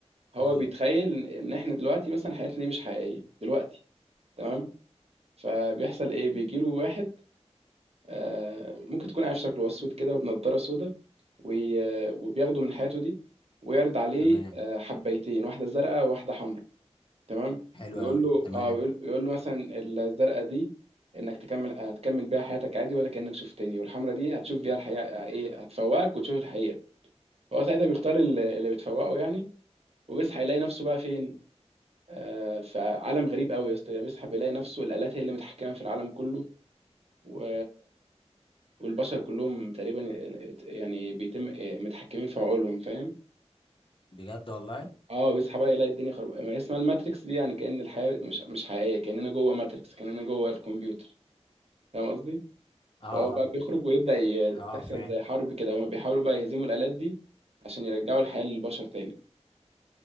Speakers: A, on the right (about 60°); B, on the left (about 50°).
A: هو
B: قول
A: بيتخيل
B: لي
A: ان إن احنا دلوقتي مثلا حياتنا دي مش حقيقيه دلوقتي تمام فبيحصل ايه بيجي له واحد آه، ممكن تكون عارف شكله هو اسود كده وبنضاره سودا وي- وبياخده من حياته دي ويعرض عليه
B: تمام
A: آه، حبيتين واحده زرقاء وواحده حمراء تمام
B: حلو
A: ويقول
B: قوي
A: له
B: تمام
A: اه ويقول يقول له مثلا الزرقاء دي انك تكمل هتكمل بيها حياتك عادي ولا كانك شفتني والحمراء دي هتشوف بيها الحقيقه ايه هتفوقك وتشوف الحقيقه فهو ساعتها بيختار اللي اللي بتفوقه يعني وبيصحى يلاقي نفسه بقى فين آه، فعالم غريب قوي يا اسطى بيصحى بيلاقي نفسه الآلات هي اللي متحكمة في العالم كله و... والبشر كلهم تقريبا يعني بيتم آه، متحكمين في عقولهم فاهم
B: بجد والله
A: اه بيصحى بقى يلاقي الدنيا خرب ما هي اسمها الماتريكس دي يعني كأن الحياة مش مش حقيقية كأننا جوه ماتريكس كأننا جوه الكمبيوتر فاهم قصدي
B: اه
A: فهو بقى
B: اه
A: بيخرج ويبدأ ي-
B: اه
A: تحصل
B: فاهم
A: زي حرب كده هما بيحاولوا بقى يهزموا الآلات دي عشان يرجعوا الحياة للبشر تاني